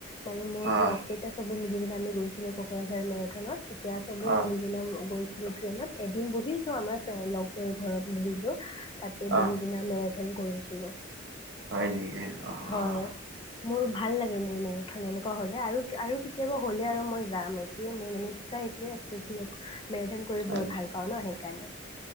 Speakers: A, on the left; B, on the right.
A: মানে মোৰ
B: আহ
A: লগকেইটা সবে মিলিকিনে আমি গৈছিলো কোকৰাঝাৰ মেৰেথনত তেতিয়া চবে
B: আহ
A: মিলিকিনে গৈছিলোঁ ট্ৰেইনত এদিন বহিছো আমাৰ ফ্ৰেণ্ড লগে ঘৰত বহিছো তাতে বহি
B: আহ
A: কিনে আমি <inaudible> কৰিছিলো
B: হয় নেকি আহ
A: হয় মোৰ ভাল লাগে মোৰ মেৰেথন এনেকুৱা হলে আৰু আৰু কেতিয়াবা হ'লে আৰু মই যাম এইটোয়ে মোৰ মানে ইচ্ছা এইটোয়ে আছে ম মেৰিথন কৰি
B: হয়
A: বৰ
B: নেকি?
A: ভাল পাওঁ ন স কাৰণে